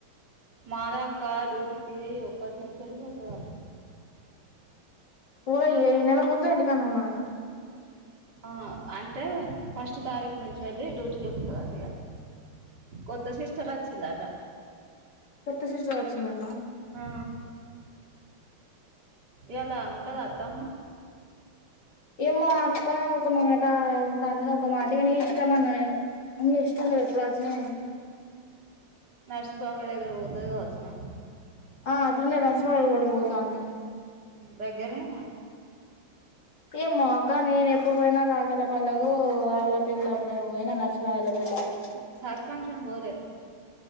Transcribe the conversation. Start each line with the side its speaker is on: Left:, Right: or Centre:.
Right: మాదా అక్ క డ్యూటీ కీ ఒకటి నుంచి వెళ్ళపోతుంది అట
Left: ప ఈ ఈ నెల మొత్తం ఇంటికాడ ఉన్నా అన్నట్
Right: ఆ అంటే ఫస్ట్ తారీఖు నుంచి అ డ్యూటీకేకుతాదంట. అంత కొత్త సిస్టర్ వచ్చిందట.
Left: కొత్త సిస్టర్ వచ్చిందన్న
Right: ఆ ఇయ్యాల ఉంటది అత్తమ్మ,
Left: ఏమో అక్క ఒక మాట ఉంటా అన్నద, ఒక మాట ఇ గ నీ ఇష్టం అన్నా. నేను మీ ఇష్టం ఎప్పుడ స
Right: నర్సి బాబాయి దగ్గర పోతుది కావచ్చునా,
Left: ఆ అట్లానే నర్సిబళ్ళ పోతనది
Right: దగ్గరనేనా
Left: ఏమో అక్క నేను ఎప్పుడు పోయినా కాకల పల్లకు వాళ్ళ పిల్ల అప్పుడ పోయినా నర్సిబళ పెళ్లప్పుడు.
Right: సార్ ఫంక్షన్ పోలే